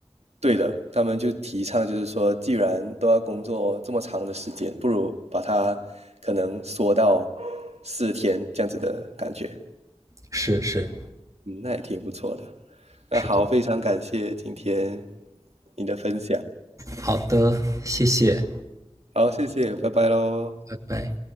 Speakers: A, on the right (about 75°); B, on the right (about 30°).
A: 对的，他们就提倡就是说，既然都要工作这么长的时间，不如把它可能缩到四天这样子的感觉。
B: 是是
A: 嗯，那也挺不错的。那好，
B: 是的，
A: 非常感谢今天你的分享。
B: 好的，谢谢，
A: 好，谢谢，拜拜喽。
B: 拜拜。